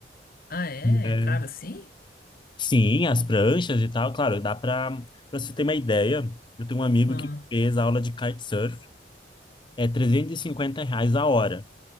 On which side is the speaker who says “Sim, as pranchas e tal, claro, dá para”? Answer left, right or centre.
Left